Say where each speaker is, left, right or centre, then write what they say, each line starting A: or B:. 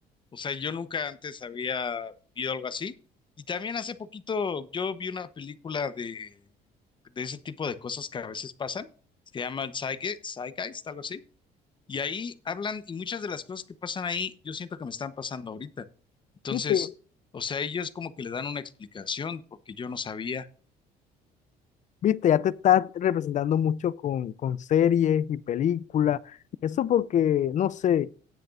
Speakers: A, on the left (about 30°); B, on the left (about 45°).
A: O sea, yo nunca antes había vivido algo así. Y también hace poquito yo vi una película de, de ese tipo de cosas que a veces pasan. Se llaman Zeitge- Zeitgeist, algo así. Y ahí hablan, y muchas de las cosas que pasan ahí, yo siento que me están pasando ahorita. Entonces,
B: ¿Viste?
A: o sea, ellos como que le dan una explicación porque yo no sabía.
B: ¿Viste? Ya te estás representando mucho con, con series y películas. Eso porque, no sé,